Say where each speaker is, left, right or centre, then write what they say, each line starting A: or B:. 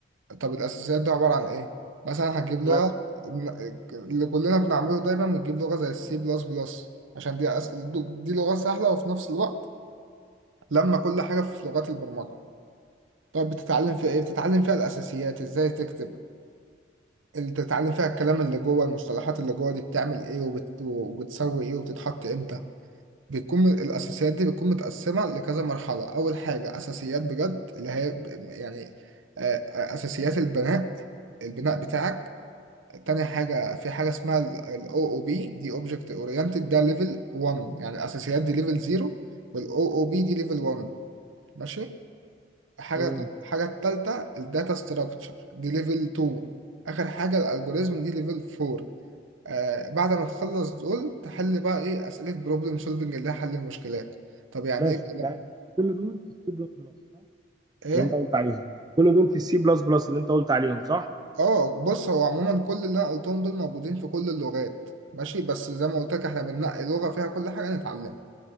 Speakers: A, on the right; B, on the right.
A: طب الأساسيات دي عبارة عن إيه؟ مثلا هتجيب لغة
B: بس
A: ن- اللي كلنا بنعمله دايما بنجيب لغة زي السي بلس بلس عشان دي أس... دي لغة سهلة وفي نفس الوقت لما كل حاجة في لغات البرمجة طب بتتعلم فيها ايه؟ بتتعلم فيها الأساسيات ازاي تكتب اللي بتتعلم فيها الكلام اللي جوه المصطلحات اللي جوه دي بتعمل ايه وبت... وبتسوي ايه وبتتحط امتى بيكون الأساسيات دي بتكون متقسمة لكذا مرحلة أول حاجة أساسيات بجد اللي هي ب- يعني آه، آه، أساسيات البناء البناء بتاعك تاني حاجة في حاجة اسمها ال OOP دي Object Oriented ده ليفل 1 يعني الأساسيات دي ليفل 0 وال OOP دي ليفل 1 ماشي حاجة
B: مم.
A: حاجة التالتة الداتا ستراكشر دي ليفل 2 آخر حاجة الالجوريزم دي ليفل 4 آه بعد ما تخلص دول تحل بقى إيه أسئلة بروبلم سولفنج اللي هي حل المشكلات طب يعني
B: ماشي
A: إيه الكلام
B: يعني كل دول في السي بلس بلس صح
A: إيه؟
B: اللي انت قلت عليهم كل دول في السي بلس بلس اللي انت قلت عليهم صح
A: آه بص هو عموما كل اللي أنا قلتهم دول موجودين في كل اللغات ماشي بس زي ما قلت لك إحنا بننقي لغة فيها كل حاجة نتعلمها